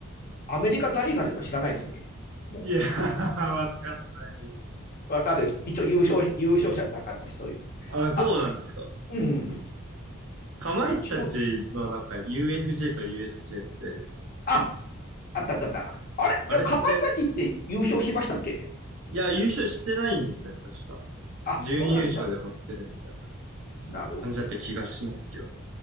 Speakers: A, on the left (about 45°); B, on the right (about 75°).
A: アメリカザリガニとか知らないですよね。も
B: いやー、<laughs> わかんないですね。
A: う。わかんない。一応優勝、優勝者の中の一人で。
B: あ、そうなんですか。
A: あ、うん。
B: かまいたちのなんか
A: あと中、
B: UFJ と USJ って、
A: あ、あったあったあった。あれかまいたちって優勝しましたっけ
B: あれって、いや、優勝してないんですよね、確か。
A: あ、
B: 準優勝で終わってるみたいな
A: そうなんだ。なるほど。
B: 感じだった気がしますけどね。